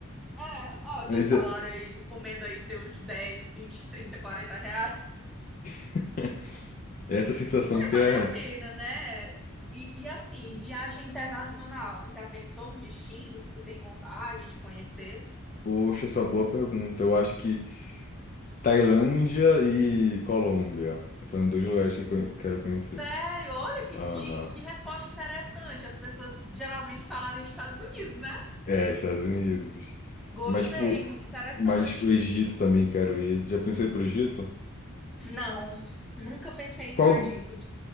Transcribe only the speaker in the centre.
É, ó, o
teu salário
aí, tu comendo aí teus 10, 20, 30, 40 reais.
Vale
a pena, né? E, e assim, viagem internacional. Você já pensou um destino que tu tem vontade de conhecer?
Sério, olha que,
que, que resposta interessante. As pessoas geralmente falaram Estados Unidos, né?
Gostei,
muito interessante.
Não, nunca pensei em
ir pro Egito.